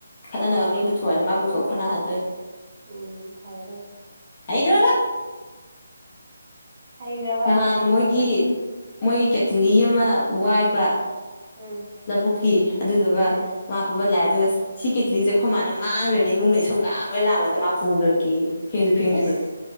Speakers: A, on the left; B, on the right.
A: ꯈꯅ ꯅꯕ ꯃꯤ ꯕꯨꯊꯣꯑꯦ ꯃꯥꯕꯨꯊꯣꯛ ꯈꯥꯟꯅ ꯍꯥꯏꯖꯦ
B: ꯎꯝ ꯐꯔꯗꯝ‌ꯅ‌ꯦ
A: ꯍꯩꯒꯔꯕ
B: ꯍꯩꯈ꯭ꯔꯕ
A: ꯅꯍꯥꯟ
B: ꯃꯆꯤꯟꯗꯤ
A: ꯃꯣꯏꯒꯤ ꯃꯣꯏꯒꯤ ꯀꯦꯊꯂꯤ ꯑꯃ ꯋꯥꯏꯕ
B: ꯎꯝ
A: ꯂꯧꯕꯨꯛꯀꯤ ꯑꯗꯨꯗꯨꯒ
B: ꯎꯝ
A: ꯃꯥ ꯄꯥꯐꯠ ꯂꯥꯛꯑꯦ ꯑꯗꯨꯒ ꯁꯤ ꯀꯦꯠꯊꯂꯤꯁꯦ ꯑꯩꯈꯣꯏ ꯃꯥꯅ ꯃꯥꯡꯈ꯭ꯔꯦꯅ ꯏꯃꯨꯡꯗ ꯏꯁꯧ ꯂꯥꯡꯕꯗ ꯂꯥꯡꯕꯗ ꯃꯥ ꯄꯨꯈ꯭ꯔꯒꯦꯌꯦ ꯐꯦꯡꯁꯤ ꯐꯦꯡꯗꯔꯤꯕꯗꯣ
B: ꯏꯁ